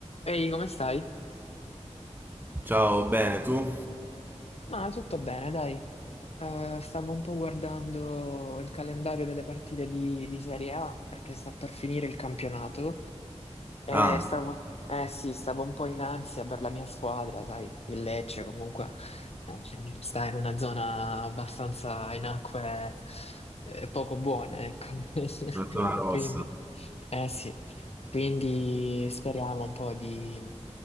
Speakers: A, on the left; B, on the right.
A: Ehi, come stai?
B: Ciao, bene, tu?
A: Ma tutto bene, dai. Eh, stavo un po' guardando il calendario delle partite di, di Serie A perché sta per finire il campionato e
B: Ah,
A: stavo, eh sì, stavo un po' in ansia per la mia squadra, sai, il Lecce comunque eh, sta in una zona abbastanza in acque eh, poco buone, ecco. <laughs>
B: la tua rossa.
A: Quindi, eh sì, quindi speriamo un po' di,